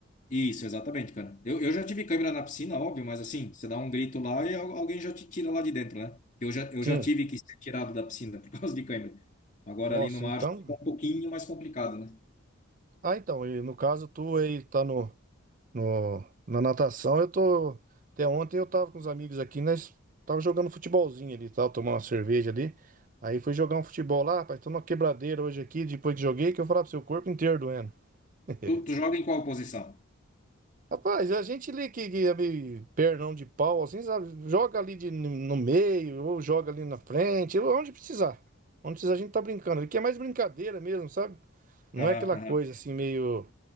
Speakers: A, on the left (about 35°); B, on the right (about 40°).
A: Isso, exatamente, cara. Eu, eu já tive câmera na piscina, óbvio, mas assim, você dá um grito lá e al- alguém já te tira lá de dentro, né? Eu já, eu
B: Sim.
A: já tive que ser tirado da piscina <laughs> por causa de câmera. Agora
B: Nossa,
A: ali no mar
B: então.
A: fica um pouquinho mais complicado, né?
B: Ah, então, e no caso tu aí tá no No, na natação eu tô. Até ontem eu tava com os amigos aqui, nós tava jogando futebolzinho ali, e tal, tomando uma cerveja ali. Aí fui jogar um futebol lá, rapaz, tô numa quebradeira hoje aqui, depois que joguei, que eu falava pro seu corpo inteiro doendo. <laughs>
A: Tu, tu joga em qual posição?
B: Rapaz, a gente ali que, que é meio pernão de pau, assim, sabe? Joga ali de, no meio, ou joga ali na frente, ou onde precisar. Onde precisar a gente tá brincando. Aqui é mais brincadeira mesmo, sabe? Não
A: Aham,
B: é aquela
A: aham.
B: coisa assim meio.